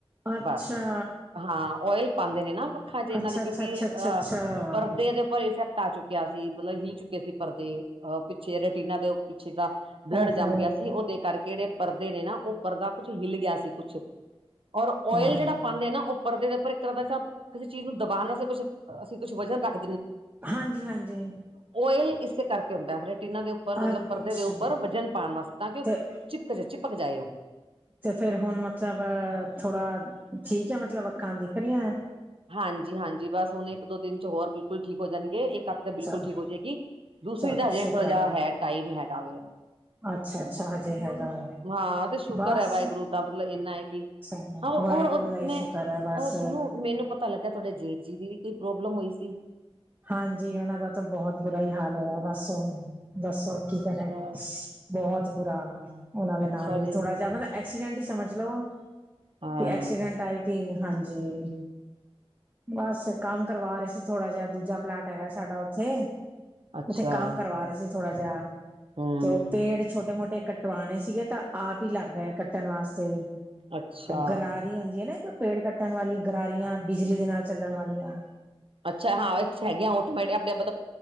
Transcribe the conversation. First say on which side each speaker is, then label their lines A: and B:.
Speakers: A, on the right; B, on the right.
A: ਅੱਛਾ।
B: ਬਸ ਹਾਂ। ਓਇਲ ਪਾਉਂਦੇ ਨੇ ਨਾ, ਵੱਖਾਂ ਜੇ ਇਹਨਾਂ
A: ਅੱਛਾ
B: ਦੇ ਕਿਉਂਕਿ
A: ਅੱਛਾ ਅੱਛਾ ਅੱਛਾ
B: ਅਹ
A: ਅੱਛਾ
B: ਪਰਦੇ ਦੇ ਉੱਪਰ ਇਫੈਕਟ ਆ ਚੁੱਕੇ ਕਿਹਾ ਸੀ। ਮਤਲਬ ਹੀ ਚੁੱਕੇ ਸੀ ਪਰਦੇ। ਅਹ ਪਿੱਛੇ ਰਟੀਨਾ ਦੇ ਪਿੱਛੇ ਦਾ ਬਲੱਡ
A: ਓਹੋ
B: ਜੰਮ ਗਿਆ ਸੀ। ਉਹਦੇ ਕਰਕੇ ਜਿਹੜੇ ਪਰਦੇ ਨੇ ਨਾ ਉਹ ਪਰਦਾ ਕੁਛ ਹਿਲ ਗਿਆ ਸੀ ਕੁਛ ਔਰ ਓਇਲ
A: ਆਹੋ
B: ਜਿਹੜਾ ਪਾਉਂਦੇ ਨਾ ਉਹ ਪਰਦੇ ਦੇ ਉੱਪਰ ਇੱਕ ਤਰ੍ਹਾਂ ਦਾ ਕਿਸੇ ਚੀਜ਼ ਨੂੰ ਦਬਾਣਾ ਕੁਛ ਅਸੀਂ ਕੁਛ ਵਜ਼ਨ ਰੱਖ
A: ਹਾਂਜੀ-ਹਾਂਜੀ।
B: ਤੇਲ ਇਸੇ ਕਰਕੇ ਹੁੰਦਾ ਹੈ, ਰਟੀਨਾ ਦੇ ਉੱਪਰ
A: ਅੱਛਾ
B: ਮਤਲਬ ਪਰਦੇ ਦੇ ਉੱਪਰ ਵਜਨ ਪਾਉਣ ਵਾਸਤੇ ਤਾਂ ਕਿ ਉਹ
A: ਤੇ
B: ਚਿਪਕ ਚ ਚਿਪ ਭਗ ਜਾਇਓ
A: ਤੇ ਫੇਿਰ ਹੁਣ ਮਤਲਬ ਥੋੜਾ ਠੀਕ ਹੈ, ਮਤਲਬ ਅੱਖਾਂ ਦਿਖ ਰਹੀਆਂ ਹੈ?
B: ਹਾਂਜੀ-ਹਾਂਜੀ। ਬਸ ਹੁਣ ਇੱਕ-ਦੋ ਦਿਨਾਂ ਚ ਹੋਰ ਬਿਲਕੁਲ ਠੀਕ ਹੋ ਜਾਣਗੇ ਇੱਕ ਤੱਕ ਤਾਂ ਬਿਲਕੁਲ
A: ਚਲੋ
B: ਠੀਕ ਹੋ ਜਾਏਗੀ। ਦੂਸਰੀ
A: ਚਲੋ
B: ਦਾ ਹਜੇ
A: ਸ਼ੁਕਰ
B: ਥੋੜਾ ਜਹਾ ਹੈ ਟਾਈਮ ਹੈਗਾ ਵੇ ਹੋਰ?
A: ਅੱਛਾ ਅੱਛਾ ਹਜੇ ਹੈਗਾ
B: ਹਾਂ, ਤੇ ਸ਼ੁਕਰ
A: ਬਸ
B: ਹੈ ਵਾਹਿਗੁਰੂ ਦਾ ਮਤਲਬ ਇੰਨਾ ਹੈ ਕਿ
A: ਸਾਨੂੰ
B: ਹਹ
A: ਵਾਹਿਗੁਰੂ
B: ਉਹ
A: ਦਾ ਹੀ
B: ਮੈਂ,
A: ਸ਼ੁਕਰ ਹੈ ਬਸ
B: ਉਹ ਸੁਣੋ, ਮੈਨੂੰ ਪਤਾ ਲੱਗ ਤੁਹਾਡੇ ਜੇਠ ਜੀ ਦੀ ਵੀ ਕੋਈ ਪ੍ਰੋਬਲਮ ਹੋਈ ਸੀ?
A: ਹਾਂਜੀ। ਉਹਨਾਂ ਦਾ ਤਾਂ ਬਹੁਤ ਬੁਰਾ ਹੀ ਹਾਲ ਹੋਇਆ ਬਸ ਹੁਣ ਦੱਸੋ। ਕੀ ਕਰਹਾ।
B: ਅੱਛਾ,
A: ਬਹੁਤ ਬੁਰਾ ਉਹਨਾਂ ਦੇ
B: ਅੱਛਾ
A: ਨਾਲ ਵੀ।
B: ਜੀ
A: ਥੋੜਾ ਜਿਹਾ ਮਤਲਬ ਐਕਸੀਡੈਂਟ ਹੀ ਸਮਝ ਲੋ।
B: ਹਾਂ
A: ਕੀ ਐਕਸੀਡੈਂਟ ਆਈ ਜੀ। ਹਾਂਜੀ। ਜੀ। ਬਸ ਕੰਮ ਕਰਵਾ ਰਹੇ ਸੀ, ਥੋੜਾ ਜਿਹਾ। ਦੂਜਾ ਪਲਾਟ ਹੈਗਾ ਸਾਡਾ ਉੱਥੇ,
B: ਅੱਛਾ
A: ਉੱਥੇ ਕੰਮ ਕਰਵਾ ਰਹੇ ਸੀ ਥੋੜਾ ਜਿਹਾ।
B: ਹੂੰ
A: ਤੇ ਉਹ ਪੇੜ ਛੋਟੇ ਮੋਟੇ ਕੱਟਵਾਣੇ ਸੀਗੇ ਤਾਂ ਆਪ ਹੀ ਲੱਗ ਹੈ ਕੱਟਣ ਵਾਸਤੇ
B: ਅੱਛਾ
A: ਉਹ ਗਰਾਰੀ ਹੀ ਹੁੰਦੀ ਹੈ ਨਾ ਇੱਕ ਪੇੜ ਕੱਟਣ ਵਾਲੀਆਂ ਗਰਾਰੀਆਂ ਬਿਜਲੀ ਦੇ ਨਾਲ ਚੱਲਣ ਵਾਲੀਆਂ
B: ਅੱਛਾ ਹਾਂ ਹੈਗੀਆਂ ਟੋਮੈਟ ਆਪਣੇ ਆਪਲ